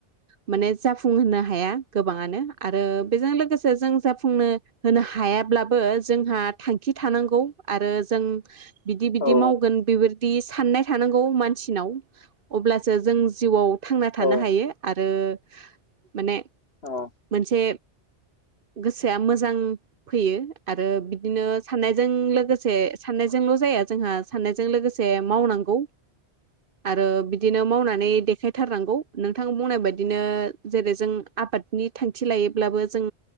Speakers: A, on the right; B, on the left.
A: माने जाफुंहोनो हाया गोबांङानो आरो बेजों लोगोसे जों जाफुंनो होनो हाया अब्लाबो जोंहा थांखि थानांगौ आरो जों बिदि बिदि
B: औ
A: मावगोन बेफोर बि साननाय थानांगौ मानसिनाव अब्लासो जों जिउआव थांना थांनो
B: औ
A: हायो आरो माने
B: औ
A: मोनसे गोसोआ मोजां फैयो आरो बिदिनो साननायजों लोगोसे साननायजोंल जाया जोंहा साननायजों लोगोसे मावनांगौ। आरो बिदिनो मावनानै देखायथारनांगौ। नोंथां बुंनाय बायदिनो जेरै- जों आबादनि थांखि लायोब्लाबो जों